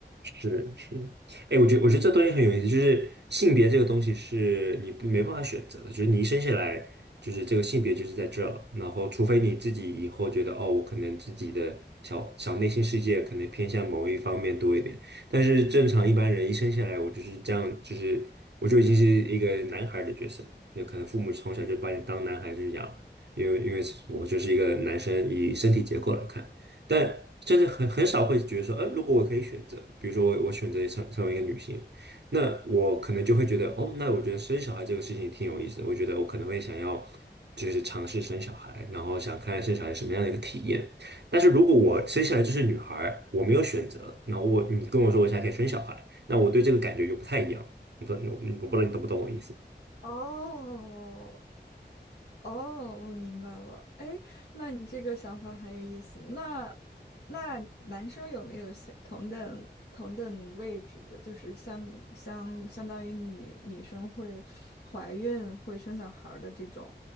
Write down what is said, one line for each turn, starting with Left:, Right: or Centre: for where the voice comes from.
Right: 是是，哎，我觉得我觉得这东西很有意思，就是性别这个东西是你不没办法选择的，就是你一生下来就是这个性别就是在这儿，然后除非你自己以后觉得哦，我可能自己的小小内心世界可能偏向某一方面多一点，但是正常一般人一生下来，我就是这样，就是我就已经是一个男孩儿的角色了，那可能父母从小就把你当男孩子养，因为因为我就是一个男生，以身体结构来看。但真的很很少会觉得说，呃，如果我可以选择，比如说我我选择成成为一个女性，那我可能就会觉得，哦，那我觉得生小孩这个事情挺有意思的，我觉得我可能会想要就是尝试生小孩，然后想看看生小孩什么样的一个体验。但是如果我生下来就是女孩儿，我没有选择，那我你跟我说我现在可以生小孩，那我对这个感觉就不太一样。我不，我我不知道你懂不懂我意思。
Left: <laughs> 哦，哦，我明白了。哎，那你这个想法很有意思。那那男生有没有相同等同等位置的？就是相相相当于女女生会怀孕、会生小孩儿的这种